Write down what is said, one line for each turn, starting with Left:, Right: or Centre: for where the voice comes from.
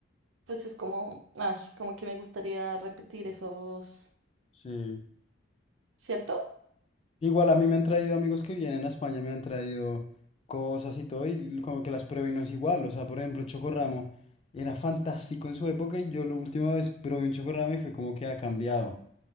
Right: pues es como, ay, como que me gustaría repetir esos,
Left: sí.
Right: ¿cierto?
Left: Igual a mí me han traído amigos que vienen a España, me han traído cosas y todo, y como que las pruebo y no es igual. O sea, por ejemplo, chocorramo era fantástico en su época y yo la última vez probé un chocorramo y fue como que ha cambiado.